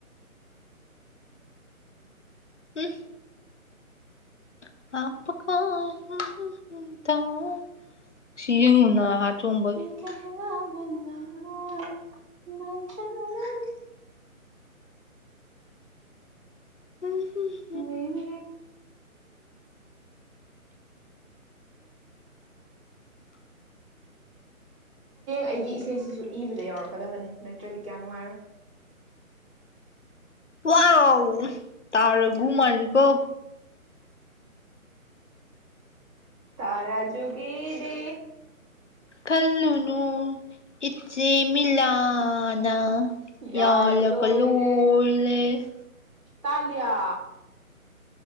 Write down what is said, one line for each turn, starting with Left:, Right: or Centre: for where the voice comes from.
Left: <inaudible> <unintelligible> ꯁꯤ ꯌꯦꯡꯉꯨꯅ ꯍꯥ ꯆꯣꯡꯕꯒꯤ
Right: <unintelligible>
Left: ꯎꯝ ꯍꯝ
Right: <unintelligible> <unintelligible> <unintelligible> ꯍꯌꯦꯡ ꯑꯩꯒꯤ ꯏꯁꯩꯁꯤꯁꯨ ꯏꯕꯗ ꯌꯥꯎꯔꯛꯀꯗꯕꯅꯦ ꯅꯠꯇ꯭ꯔꯗꯤ ꯀꯌꯥ ꯅꯨꯡꯉꯥꯏꯔꯣꯏ
Left: ꯋꯥꯎ ꯇꯥ ꯔꯒꯨ ꯃꯜꯂꯤꯀꯣ
Right: ꯇꯔꯥꯖꯨꯒꯤꯗꯤ
Left: ꯈꯜꯂꯨꯅꯨ ꯏꯆꯦ ꯃꯤꯂꯅ
Right: ꯌꯥꯔꯒ
Left: ꯌꯜ
Right: ꯂꯣꯏꯔꯦ
Left: ꯀ ꯂꯣꯂꯦ <unintelligible> <unintelligible>
Right: ꯇꯥꯂꯤꯌꯥ